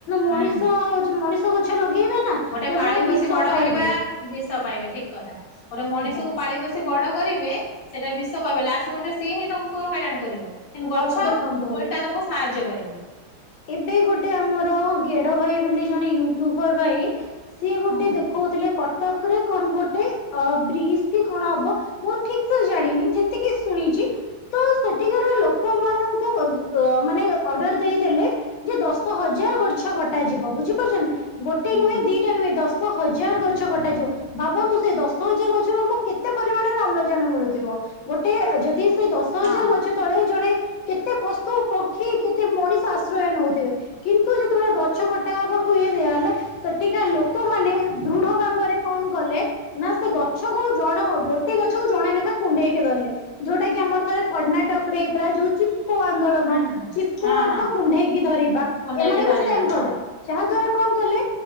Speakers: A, on the left; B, on the left.
A: ମଣିଷ
B: ହୁଁ।
A: ଯୋଉ ମଣିଷ ଗଛ ଲଗେଇବେ ନା
B: ଗୋଟେ
A: କେବଳ
B: ପାଳି ପୋଷି
A: ବିଷ
B: ବଡ
A: ପାଇବେ
B: କରିବା, ବିଷ ପାଇବେ ଠିକ୍ କଥା ଗୋଟେ ମଣିଷକୁ,
A: ଆଜ୍ଞା
B: ପାଳି ପୋଷି ବଡ କରିବେ, ସେଇଟା ବିଷ ପାଇବେ ଲାଷ୍ଟ ମୁମେଣ୍ଟ ସିଏ ହିଁ ତମକୁ ହଇରାଣ କରିବ। କିନ୍ତୁ ଗଛ
A: ହଁ ତ ଦେଖନ୍ତୁ
B: ଓଲଟା ତମକୁ ସାହାଯ୍ୟ କରିବ।
A: ଏବେ ଗୋଟେ ଆମର ଗେଡ ଭାଇ ବୋଲି ଜଣେ ୟୁଟୁବର୍ ଭାଇ ସିଏ ଗୋଟେ
B: ହୁଁ
A: ଦେଖଉଥିଲେ କଟକ ରେ କଣ ଗୋଟେ ଅ ବ୍ରିଜ କି କଣ ହବ? ମୁଁ ଠିକ୍ ସେ ଜାଣିନି, ଯେତିକି ଶୁଣିଛି। ତ ସେଠିକାର ଲୋକମାନଙ୍କୁ ବୋଧେ ଅ ମାନେ ଅର୍ଡ଼ର ଦେଇଦେଲେ ଯେ ଦଶ ହଜାର ଗଛ କଟା ଯିବ, ବୁଝିପାରୁଛନ୍ତି ଗୋଟେ
B: ହୁଁ
A: ନୁହେଁ ଦିଟା ନୁହେଁ ଦଶ ଦଶ ହଜାର ଗଛ କଟାଯିବ, ଭାବନ୍ତୁ ସେ ଦଶ ହଜାର ଗଛରୁ ଆମ କେତେ ପରିମାଣରେ ଅମ୍ଳ ଜାନ ମିଳୁଥିବ, ଗୋଟେ ଏ ଯଦି ସେଇ ଦଶ
B: ହଁ
A: ହଜାର ଗଛ ତଳେ ଜଣେ କେତେ ପଶୁ ପକ୍ଷୀ କେତେ ମଣିଷ ଆଶ୍ରୟ ନଉଥିବେ। କିନ୍ତୁ ଯେତେବେଳେ ଗଛ କଟା ହେବାକୁ ଇଏ ଦିଆହେଲେ। ସେଠିକା ଲୋକମାନେ ଦୃଢ ଭାବରେ କଣ କଲେ? ନା ସେ ଗଛ କୁ ଜଣେ ହଉ ଗୋଟେ ଗଛ କୁ ଜଣେ ଲେଖା କୁଣ୍ଢେଇକି ଧରିଲେ। ଯୋଉଟା କି ଆମର ଥରେ କର୍ଣ୍ଣାଟକ ରେ ହେଇଥିଲା ଯୋଉ ଚିପ୍କୋ ଆନ୍ଦୋଳନ
B: ହୁଁ ହୁଁ
A: ଚିପ୍କୋ
B: ହଁ
A: ର ଅର୍ଥ
B: ହଁ
A: କୁଣ୍ଢେଇକି ଧରିବା,
B: କୁଣ୍ଡେଇକି
A: ଏମାନେ
B: ଧରିବା
A: ବି ସେଇମ
B: ହଁ
A: କଲେ। ଯାହା ଦ୍ଵାରା କଣ କଲେ